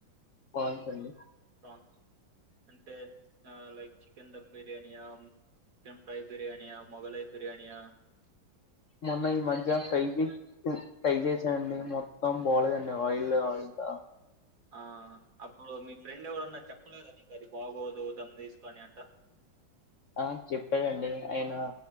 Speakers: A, on the left; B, on the right.
A: కోన్స్ అండి
B: ప్రాన్స్, అంటే ఆ లైక్ చికెన్ దమ్ బిర్యానియా, కెన్ ఫ్రై బిర్యానియా మొఘలై బిర్యానియ
A: మొన్న ఈ మధ్య ఫ్రై పీస్ టై చేస్నా అండి మొత్తం బాలేదండి ఆయిల్ ఆయిల్ త
B: ఆ అప్పుడు మీ ఫ్రెండ్ ఎవరన్నా చెప్ ప్పలేద నీకది బాగోదు ధూమ్ తీసుకని అట్ట
A: ఆ చెప్పరండి ఐన,